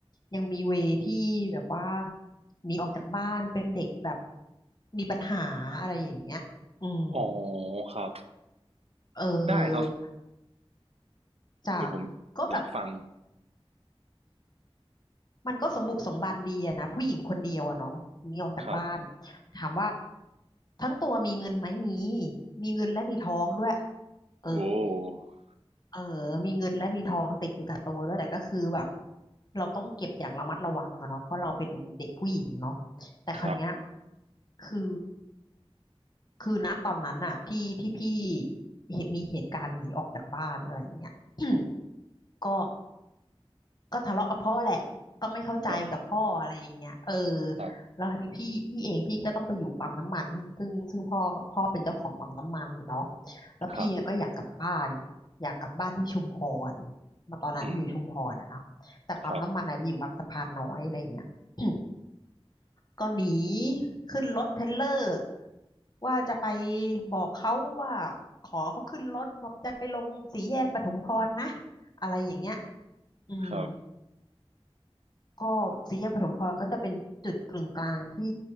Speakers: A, on the left; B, on the right.
A: ยังมีเวที่แบบว่าหนีออกจากบ้านเป็นเด็กแบบมีปัญหาอะไรอย่างเงี้ยอืม
B: อ๋อครับ
A: เออ
B: ได้ครับ
A: จ้ะ
B: เดี๋ยวผม
A: ก็แบบ
B: อยากฟัง
A: มันก็สมบุกสมบันดีอะนะผู้หญิงคนเดียวอะเนาะหนีออกจากบ้าน
B: ครับ
A: ถามว่าทั้งตัวมีเงินไหมมีมีเงินและมีทองด้วยเออ
B: โอ้
A: เออมีเงินและมีทองติดอยู่กับตัวด้วยแต่ก็คือแบบเราต้องเก็บอย่างระมัดระวังอะเนาะเพราะเราเป็นเด็กผู้หญิงเนาะแต่คราวเนี้ย
B: ครับ
A: คือคือณตอนนั้นอะที่ที่พี่เหตุมีเหตุการณ์หนีออกจากบ้านอะไรอย่างเงี้ย <clears throat> ก็ ก็ทะเลาะกับพ่อแหละก็ไม่เข้าใจกับพ่ออะไรอย่างเงี้ยเออ
B: ครับครับ
A: แล้วทีนี้พี่พี่เองพี่ก็ต้องไปอยู่ปั๊มน้ำมันซึ่งซึ่งซึ่งพ่อพ่อเป็นเจ้าของปั๊มน้ำมันเนาะแล้วพี่ก็อยากกลับบ้าน
B: ครับ
A: อยากกลับบ้านที่ชุมพรมาตอนนั้นอยู่ชุมพรนะครับแต่ปั๊มน้ำมันอาจจะอยู่บางสะพานน้อยอะไรอย่างเงี้ย
B: อืม ครับ
A: <clears throat> ก็หนีขึ้นรถเทรลเลอร์ว่าจะไปบอกเขาว่าขอเขาขึ้นรถว่าจะไปลงสี่แยกปทุมพรนะอะไรอย่างเงี้ยอืม
B: ครับ
A: ก็สี่แยกปฐมพรก็จะเป็นจุดกึ่งกลางที่